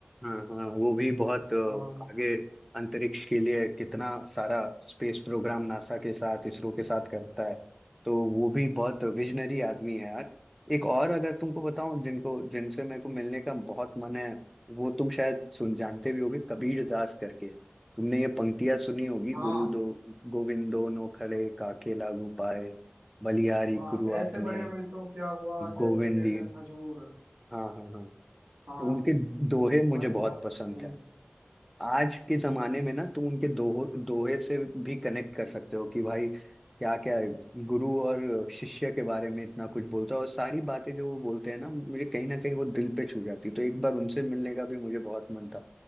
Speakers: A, in the centre; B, on the right.
A: हाँ हाँ वो भी बहुत अ,
B: हाँ
A: आगे अंतरिक्ष के लिए कितना सारा स्पेस प्रोग्राम नासा के साथ इसरो के साथ करता है तो वो भी बहुत विजनरी आदमी है यार एक और अगर तुमको बताऊं जिनको जिनसे मेरे को मिलने का बहुत मन है वो तुम शायद सुन जानते भी होगे कबीर दास करके तुमने ये पंक्तियां सुनी होगी
B: हाँ
A: गुरु दो गोविंदो नो खड़े काके लागू पाए बलिहारी
B: हाँ
A: गुरु
B: ऐसे
A: आपने
B: बड़े हुए तो क्या हुआ जैसे
A: गोविंदी
B: पेड़ खजूर
A: हाँ हाँ हाँ
B: हाँ
A: तो उनके दोहे मुझे
B: भाई
A: बहुत
B: बहुत
A: पसंद
B: फेमस
A: है
B: है
A: आज के जमाने में ना तुम उनके दोहो दोहे से भी कनेक्ट कर सकते हो कि भाई क्या क्या है गुरु और शिष्य के बारे में इतना कुछ बोलता है और सारी बातें जो वो बोलते हैं ना मुझे कहीं ना कहीं वो दिल पे छू जाती है। तो एक बार उनसे मिलने का भी मुझे बहुत मन था